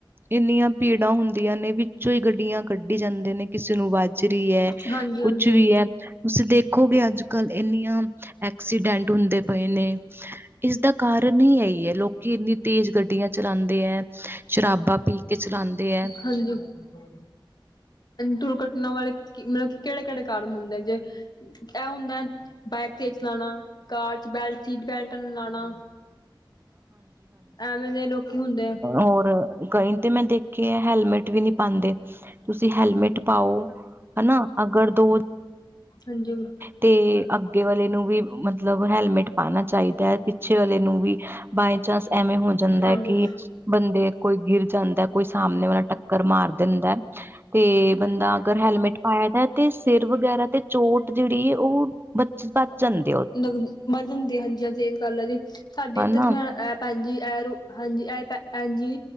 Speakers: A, on the right (about 25°); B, on the left (about 55°).
A: ਇੰਨੀਆਂ ਭੀੜਾਂ ਹੁੰਦੀਆਂ ਨੇ, ਵਿੱਚੋਂ ਈ ਗੱਡੀਆਂ ਕੱਢੀ ਜਾਂਦੇ ਨੇ। ਕਿਸੇ ਨੂੰ ਵਜ ਰੀ ਐ,
B: ਹਾਂਜੀ
A: ਕੁਛ
B: ਹਾਂਜੀ
A: ਵੀ ਐ। ਤੁਸੀਂ ਦੇਖੋਗੇ ਅੱਜ-ਕੱਲ੍ਹ ਇੰਨੀਆਂ ਐਕ ਐਕਸੀਡੈਂਟ ਹੁੰਦੇ ਪਏ ਨੇ ਇਸਦਾ ਕਾਰਨ ਈ ਐਈ ਏ, ਲੋਕੀ ਇੰਨੀ ਤੇਜ਼ ਗੱਡੀਆਂ ਚਲਾਂਦੇ ਐ, ਸ਼ਰਾਬਾ ਪੀ ਕੇ ਚਲਾਉਂਦੇ ਹੈ।
B: ਹਾਂਜੀ-ਹਾਂਜੀ, ਦੁਰਘਟਨਾ ਵਾਲੇ ਮਤਲਬ ਕੀ ਕਿਹੜੇ-ਕਿਹੜੇ ਕਾਰਨ ਹੁੰਦੇ ਜੇ ਇਹ ਹੁੰਦਾ ਬਾਈਕ ਤੇਜ਼ ਚਲਾਣਾ, ਕਾਰ 'ਚ ਬੈਲਟ, ਸੀਟ ਬੈਲਟ ਨਾ ਲਾਂਣਾ। ਐਵੇਂ ਦੇ ਲੋਕੀ ਹੁੰਦੇ
A: ਔਰ ਕਈ ਤੇ ਮੈਂ ਦੇਖੇ ਐ, ਹੈਲਮੇਟ ਵੀ ਨੀ ਪਾਂਦੇ। ਤੁਸੀਂ ਹੈਲਮੇਟ ਪਾਓ ਹਨਾ। ਅਗਰ ਦੋ
B: ਹਾਂਜੀ।
A: ਤੇ ਅੱਗੇ ਵਾਲੇ ਨੂੰ ਵੀ ਮਤਲਬ ਹੈਲਮੇਟ ਪਾਣਾ ਚਾਹੀਦਾ, ਪਿੱਛੇ ਵਾਲੇ ਨੂੰ ਵੀ ਬਾਏ ਚਾਂਸ ਐਵੇਂ ਹੋ ਜਾਂਦਾ
B: ਹਾਂਜੀ-ਹਾਂਜੀ-ਹਾਂਜੀ
A: ਐ ਕਿ ਬੰਦੇ ਕੋਈ ਗਿਰ ਜਾਂਦਾ, ਕੋਈ ਸਾਹਮਣੇ ਵਾਲਾ ਟੱਕਰ ਮਾਰ ਦਿੰਦਾ ਤੇ ਬੰਦਾ ਅਗਰ ਹੈਲਮੇਟ ਪਾਇਆ ਦਾ ਤੇ ਸਿਰ ਵਗੈਰਾ ਤੇ ਚੋਟ ਜਿਹੜੀ ਏ ਉਹ <inaudible>
B: ਬੱਚ ਜਾਂਦੇ, ਹਾਂਜੀ-ਹਾਂਜੀ ਸਹੀ ਗੱਲ ਐ ਜੀ। ਸਾਡੇ ਇੱਥੇ
A: ਹਨਾ
B: ਤਾਂ ਮੈਂ ਭੈਣ ਜੀ, ਇਹ ਰੋ ਹਾਂਜੀ ਇਹ ਭੈਣ ਜੀ,